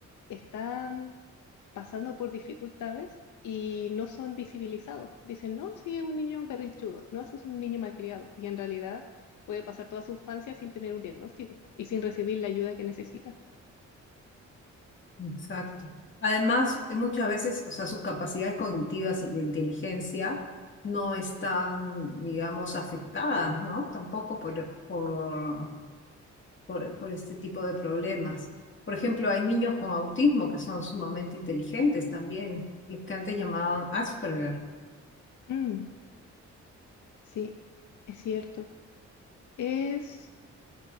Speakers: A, on the left; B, on the left.
A: están pasando por dificultades y no son visibilizados. Dicen, no, sí, es un niño berrinchudo, no, eso es un niño malcriado. Y en realidad puede pasar toda su infancia sin tener un diagnóstico y sin recibir la ayuda que necesita.
B: Exacto. Además, eh, muchas veces, o sea, sus capacidades cognitivas y de inteligencia no están, digamos, afectadas, ¿no? Tampoco por, por por, por este tipo de problemas. Por ejemplo, hay niños con autismo que son sumamente inteligentes también, los que antes llamaban Asperger,
A: Mm, sí, es cierto. Es,